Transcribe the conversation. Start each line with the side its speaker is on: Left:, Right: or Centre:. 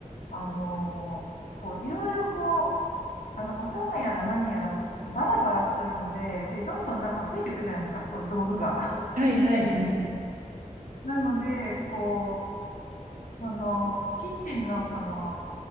Left: あのこう、いろいろこう、あの、お玉やら何やら、こう、ちょっとバラバラするので、で、どんどんなんか増えていくじゃないですか、そういう道具が。
Right: はいはいはい。
Left: <laughs> なので、こう、その、キッチンのその、